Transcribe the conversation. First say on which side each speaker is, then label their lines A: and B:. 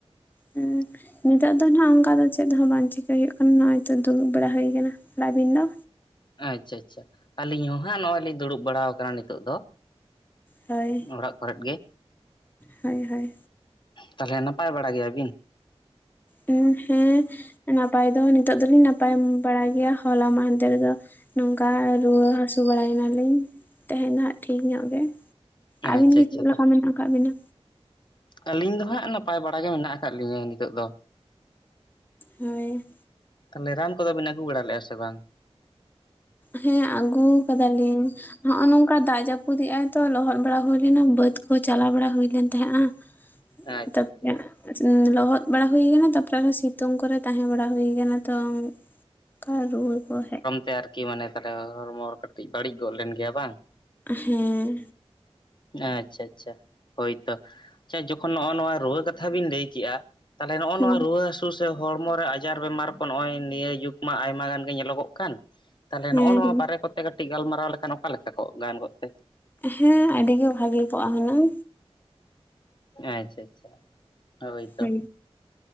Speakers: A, on the left; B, on the left.
A: <unintelligible>
B: ᱦᱮᱸ ᱱᱤᱛᱚᱜ ᱫᱚ ᱱᱟᱜ ᱚᱝᱠᱟ ᱫᱚ ᱪᱮᱫ ᱦᱚᱸ ᱵᱟᱝ ᱪᱤᱠᱟᱹᱭ ᱦᱩᱭᱩᱜ ᱠᱟᱱᱟ ᱱᱚᱜ-ᱚᱭ ᱛᱚ ᱫᱩᱲᱩᱵ ᱵᱟᱲᱟ ᱦᱳᱭ ᱠᱟᱱᱟ᱾ ᱟᱫᱚ ᱟᱵᱤᱱ ᱫᱚ?
A: ᱟᱪᱪᱷᱟ ᱟᱪᱪᱷᱟ ᱟᱹᱞᱤᱧ ᱦᱚᱸ ᱦᱟᱸᱜ ᱱᱚᱜ-ᱚᱭ ᱞᱤᱧ ᱫᱩᱲᱩᱵ ᱵᱟᱲᱟᱣ ᱟᱠᱟᱱᱟ ᱱᱤᱛᱚᱜ ᱫᱚ᱾
B: ᱦᱳᱭ
A: ᱚᱲᱟᱜ ᱠᱚᱲᱮᱫ ᱜᱮ᱾
B: ᱦᱳᱭ ᱦᱳᱭ
A: ᱛᱟᱦᱚᱞᱮ ᱱᱟᱯᱟᱭ ᱵᱟᱲᱟ ᱜᱮᱭᱟ ᱵᱤᱱ?
B: ᱦᱩᱸ ᱦᱮᱸ ᱱᱟᱯᱟᱭ ᱫᱚ ᱱᱤᱛᱚᱜ ᱫᱚᱞᱤᱧ ᱱᱟᱯᱟᱭ ᱵᱟᱲᱟᱭ ᱜᱮᱭᱟ ᱦᱚᱞᱟ ᱢᱟᱦᱽᱫᱮᱨ ᱫᱚ ᱱᱚᱝᱠᱟ ᱨᱩᱣᱟᱹ ᱦᱟᱥᱩ ᱵᱟᱲᱟ ᱮᱱᱟᱞᱤᱧ ᱛᱟᱦᱮᱸᱜ ᱦᱟᱜ ᱴᱷᱤᱠ ᱧᱚᱜ ᱜᱮ᱾ ᱟᱹᱵᱤᱱ
A: ᱟᱪᱪᱷᱟ
B: ᱜᱮ
A: ᱟᱪᱪᱷᱟ
B: ᱪᱮᱫ ᱞᱮᱠᱟ
A: ᱛᱟ
B: ᱢᱮᱱᱟᱜ ᱠᱟᱜ ᱵᱤᱱᱟ?
A: ᱟᱹᱞᱤᱧ ᱫᱚ ᱦᱟᱸᱜ ᱱᱟᱯᱟᱭ ᱵᱟᱲᱟ ᱜᱮ ᱢᱮᱱᱟᱜ ᱟᱠᱟᱫ ᱞᱤᱧᱟ ᱱᱤᱛᱚᱜ ᱫᱚ᱾
B: ᱦᱳᱭ᱾
A: ᱛᱟᱦᱚᱞᱮ ᱨᱟᱱ ᱠᱚᱫᱚ ᱵᱤᱱ ᱟᱜᱩ ᱵᱟᱲᱟ ᱞᱮᱜ-ᱟ ᱥᱮ ᱵᱟᱝ?
B: ᱦᱮᱸ ᱟᱜᱩ ᱠᱟᱫᱟ ᱞᱤᱧ᱾ ᱦᱚᱜ-ᱱᱚᱝᱠᱟ ᱫᱟᱜ ᱡᱟᱯᱩᱫᱮᱜ-ᱟᱭ ᱛᱚ ᱞᱚᱦᱚᱫ ᱵᱟᱲᱟ ᱦᱩᱭ ᱞᱮᱱᱟ ᱵᱟᱹᱫ ᱠᱚ ᱪᱟᱞᱟᱣ ᱵᱟᱲᱟ ᱦᱩᱭ ᱞᱮᱱ ᱛᱟᱦᱮᱸ-ᱟ᱾
A: <inaudible> ᱟᱪᱪᱷᱟ
B: ᱛᱟᱯᱚᱨᱮ
A: ᱟᱪᱪᱷᱟ
B: ᱩᱸᱻ ᱞᱚᱦᱚᱫ ᱵᱟᱲᱟ ᱦᱩᱭ ᱠᱟᱱᱟ ᱛᱟᱯᱚᱨᱮ ᱟᱨᱦᱚᱸ ᱥᱤᱛᱩᱝ ᱠᱚᱨᱮ ᱛᱟᱦᱮᱸ ᱵᱟᱲᱟ ᱦᱩᱭ ᱠᱟᱱᱟ ᱛᱚ ᱚᱱᱠᱟ ᱨᱩᱭᱟᱹ ᱠᱚ ᱦᱮᱡ
A: ᱦᱳᱭ ᱟᱨᱠᱤ ᱢᱟᱱᱮ ᱛᱟᱦᱚᱞᱮ ᱦᱚᱲᱢᱚᱲ ᱠᱟᱹᱴᱤᱡ ᱵᱟᱹᱲᱤᱡ ᱜᱚᱫ ᱞᱮᱱ ᱜᱮᱭᱟ ᱵᱟᱝ᱾
B: ᱦᱮᱸ
A: ᱟᱪᱪᱷᱟ ᱟᱪᱪᱷᱟ ᱦᱳᱭ ᱛᱚ ᱟᱪᱪᱷᱟ ᱡᱚᱠᱷᱚᱱ ᱱᱚᱜ-ᱚᱸ ᱱᱚᱣᱟ ᱨᱩᱣᱟᱹ ᱠᱟᱛᱷᱟ ᱵᱤᱱ ᱞᱟᱹᱭ ᱠᱮᱜ-ᱟ ᱛᱟᱦᱚᱠᱮ ᱱᱚᱜ-ᱚᱸ
B: ᱦᱮᱸ
A: ᱱᱚᱣᱟ ᱨᱩᱣᱟᱹ ᱦᱟᱥ ᱥᱩ ᱥᱮ ᱦᱚᱲᱢᱚ ᱨᱮ ᱟᱡᱟᱨ ᱵᱮᱢᱟᱨ ᱠᱚ ᱱᱚᱜ-ᱚᱭ ᱱᱤᱭᱟᱹ ᱡᱩᱜᱽ ᱢᱟ ᱟᱭᱢᱟ ᱜᱟᱱ ᱜᱮ ᱧᱮᱞᱚᱜᱚᱜ ᱠᱟᱱ᱾ ᱛᱟᱦᱚᱞᱮ
B: ᱦᱮᱸ
A: ᱱᱚᱜ-ᱚᱸ ᱱᱚᱣᱟ ᱵᱟᱨᱮ ᱠᱚᱛᱮ ᱠᱟᱴᱤᱡ ᱜᱟᱞᱢᱟᱨᱟᱣ ᱞᱮᱠᱷᱟᱱ ᱚᱠᱟ ᱞᱮᱠᱟ ᱠᱚᱜ ᱜᱟᱱ ᱠᱚᱜ ᱛᱮ?
B: ᱦᱮᱸ ᱟᱹᱰᱤ ᱜᱮ ᱵᱷᱟᱹᱜᱤ ᱠᱚᱜ-ᱟ ᱦᱩᱱᱟᱹᱝ᱾
A: ᱟᱪᱪᱷᱟ ᱟᱪᱪᱷᱟ ᱦᱳᱭ ᱛᱚ᱾
B: ᱦᱮᱸ